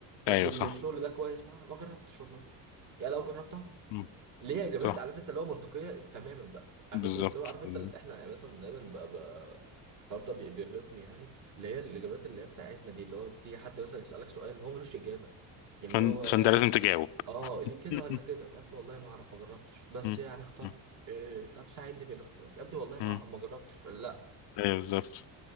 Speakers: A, on the right; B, on the left.
A: طب
B: ايوه
A: الشغل
B: صح
A: ده كويس ما اعرف ما جربتش والله يا لو جربت اعرف
B: مم.
A: اللي هي إجابات
B: صح
A: عارف انت اللي هو منطقية تماما بقى عارف
B: بالظبط
A: انت بس هو عارف انت
B: بالظبط
A: اللي احنا يعني مثلا دايما بقى بقى الحوار ده بي- بيرهقني يعني اللي هي الإجابات اللي هي بتاعتنا دي اللي هو بتيجي حد مثلا يسألك سؤال هو ملوش إجابة يعني
B: فن...
A: اللي هو
B: فانت لازم تجاوب
A: اه ليه كده
B: <laughs>
A: ولا كده يا ابني والله ما اعرف ما جربتش بس
B: مم.
A: يعني اخترت
B: مم.
A: إيه طب ساعدني في الاختيار يا ابني والله ما
B: مم.
A: اعرف ما جربتش ولا لا
B: ايوه بالظبط